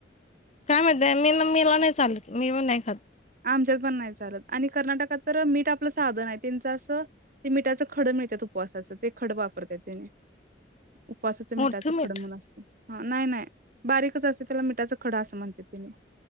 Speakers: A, on the left; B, on the right.
A: काय माहित बाय, मी मिला नाही चालत मी बी नाही खात.
B: आमच्यात पण नाही चालत, आणि कर्नाटकात तर मीठ आपलं साध नाय त्यांच असं मिठाच खड असत्यात उपवासाच ते खड वापरत तेनी उपवासाच
A: मोठं
B: मिठाच
A: मीठ
B: खडं म्हणून असतंयं. हा नाही नाही बारीकच असते, त्याला मिठाचा खडा असं म्हणत्यात तेनी.